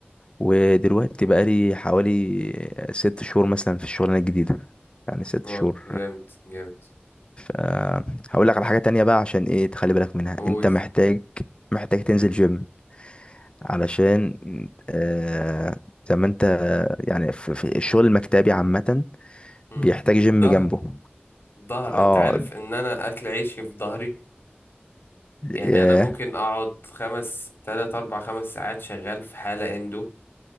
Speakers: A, on the left; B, on the left.
A: ودلوقتي بقالي حوالي ست شهور مثلا في الشغلانة الجديدة يعني ست
B: واو
A: شهور
B: جامد جامد
A: أه هقول لك على حاجة تانية بقى عشان ايه تخلي بالك منها
B: قول
A: انت محتاج محتاج تنزل جيم علشان أه زي ما انت يعني في, في الشغل المكتبي عامة
B: امم
A: بيحتاج جيم
B: ظهر
A: جنبه
B: ظهر
A: اه
B: انت عارف ان انا اكل عيشي في ظهري يعني
A: ياه
B: انا ممكن اقعد خمس تلات اربع خمس ساعات شغال في حالة اندو